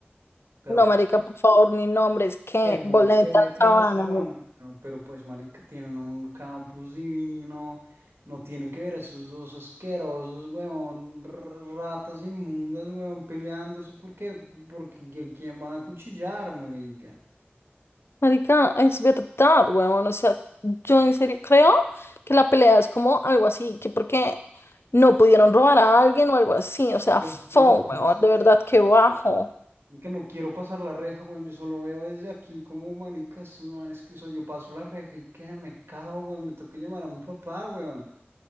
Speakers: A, on the right (about 70°); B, on the left (about 75°).
A: pero
B: No,
A: pues
B: marica, por favor, ni nombres, que
A: que boleta
B: boleta la sabana,
A: la sabana,
B: weón.
A: weón, pero pues marica, tienen un campus divino, no tienen que ver a esos dos asquerosos, huevón r- ratas inmundas, huevón peleándose, ¿por qué? Porque ¿a quién van a cuchillar, marica?
B: Marica, es verdad, weón. O sea, yo en serio creo que la pelea es como algo así, que porque no pudieron robar a alguien o algo así. O sea,
A: Los
B: fo,
A: tickets,
B: weón, de verdad, que bajo.
A: Y que no quiero pasar la reja, weón. Yo solo veo desde aquí como maricas, esos manes que, o sea, yo paso la reja y que me cago, weón. Me toca llamar a mi papá, weón.